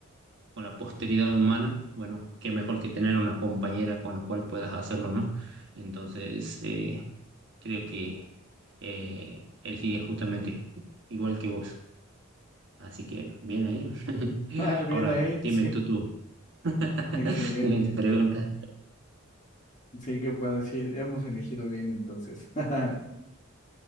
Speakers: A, on the right; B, on the left.
A: con la posteridad humana, bueno, qué mejor que tener una compañera con la cual puedas hacerlo, ¿no? Entonces, eh, creo que eh, elegiría justamente igual que vos. Así que bien ahí. <laughs>
B: Ah, bien
A: Ahora,
B: ahí,
A: dime
B: sí,
A: tú, tú, <laughs>
B: <laughs> excelente.
A: dime tu pregunta.
B: Sí, que para decir, hemos elegido bien entonces. <laughs>